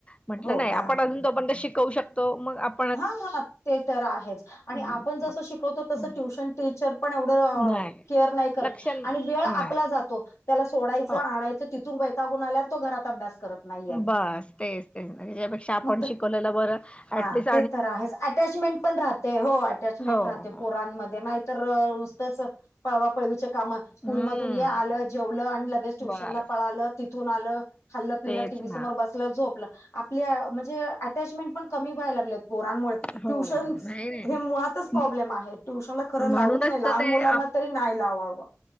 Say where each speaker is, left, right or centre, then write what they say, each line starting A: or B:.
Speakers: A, on the left; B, on the left.
A: म्हटलं
B: हो
A: नाही
B: काय
A: आपण अजून तो पर्यत शिकवू शकतो मग आप
B: हा ते तर आहेच आणि
A: हं,
B: आपण जसं
A: मग
B: शिकवतो तस
A: हं,
B: ट्युशन टीचर पण एवढ
A: नाही
B: केअर नाही करत
A: लक्ष नाही
B: आणि वेळ आपला जातो त्याला सोडायचं
A: हो
B: आणायचं तित तुन वैतागून आल्यावर तो घरात अभ्यास करत नाहीये
A: बास तेच तेच त्याच्यापेक्षा आपण
B: मग तो
A: शिकवलेलं बर
B: हा
A: ऍटलीस्ट
B: ते तर आहे अटॅचमेंट पण राहते हो अटॅचमेंट
A: हो
B: राहते
A: हो
B: पोरांमध्ये नाही तर नुसतंच पळवा पळवीचे काम स्कूल
A: हम्म
B: मधून ये आलं जेवलं आणि लगेच ट्युशनला
A: बस
B: पळालं तिथून आलं खल्लं पिलं
A: तेच
B: टीव्ही समोर
A: ना
B: बसलं झोपलं आपल्या म्हणजे अटॅचमेंट पण कमी व्हायला लागलेत. पोरांमुळे
A: हो
B: ट्यूशन
A: नाही नाही
B: हे मुळातच प्रॉब्लेम आहे. ट्यूशनला खर
A: म्हणूनच
B: लावूच नये लहान
A: तर ते
B: मुलांना
A: आप
B: तरी नाय लावाव.